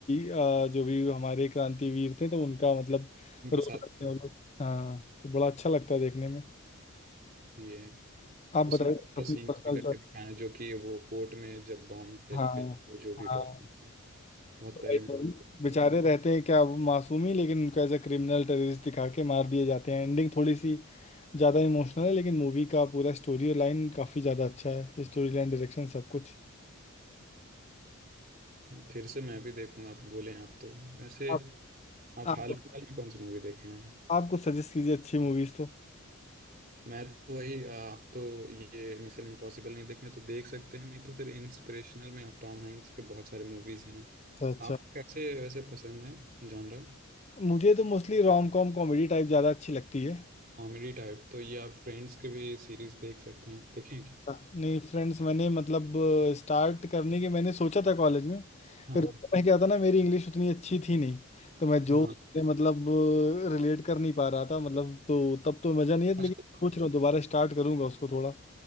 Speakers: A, on the left; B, on the right.
A: आ, जो भी हमारे क्रांतिवीर थे तो उनका मतलब
B: उनके
A: रोल
B: साथ
A: करते
B: लोग
A: हैं वो लोग हाँ तो बड़ा अच्छा लगता है देखने में
B: भी है
A: आप
B: उसमें
A: बताइए
B: बहुत
A: अपनी
B: सीन्स
A: पर्सनल
B: भी करके
A: चॉइस
B: दिखाए हैं जो कि वो कोर्ट में जब बॉम्ब फेंकते
A: हाँ
B: हैं वो जो भी
A: हाँ
B: बहुत कुछ बहुत
A: तो
B: पहले
A: भाई
B: मैंने देखा
A: बेचारे
B: है।
A: रहते हैं क्या वो मासूम ही लेकिन उनको एज ए क्रिमिनल टेररिस्ट दिखा के मार दिए जाते हैं एंडिंग थोड़ी सी ज़्यादा इमोशनल है लेकिन मूवी का पूरा स्टोरी लाइन काफ़ी ज़्यादा अच्छा है स्टोरी लाइन डायरेक्शन सब कुछ
B: फिर से मैं भी देखूंगा आप बोले आप तो वैसे
A: आप
B: आप
A: आप
B: हाल फिलहाल में कौन सी मूवी देखे हैं
A: आप कुछ सजेस्ट कीजिए अच्छी मूवीज़ तो
B: मैं तो वही आ, आप तो ये मिशन इम्पॉसिबल नहीं देखे हैं, तो देख सकते हैं नहीं तो फिर इंस्पिरेशनल में आप टॉम हैंक्स के बहुत सारे मूवीज हैं
A: अच्छा अच्छा
B: आपको कैसे वैसे पसंद है जॉनरा
A: मुझे तो mostly rom com comedy type ज़्यादा अच्छी लगती है
B: कॉमेडी टाइप तो ये आप फ्रेंड्स के भी सीरीज देख सकते हैं देखें क्या
A: हाँ, नहीं फ्रेंड्स मैंने मतलब स्टार्ट करने के मैंने सोचा था कॉलेज में
B: हाँ
A: फिर उस समय क्या था ना मेरी इंग्लिश उतनी अच्छी थी नहीं तो मैं जो
B: हाँ
A: <laughs> उससे मतलब रिलेट कर नहीं पा रहा था मतलब तो तब तो मज़ा नहीं है
B: आजकल
A: लेकिन सोच रहा हूँ दोबारा स्टार्ट करूंगा उसको थोड़ा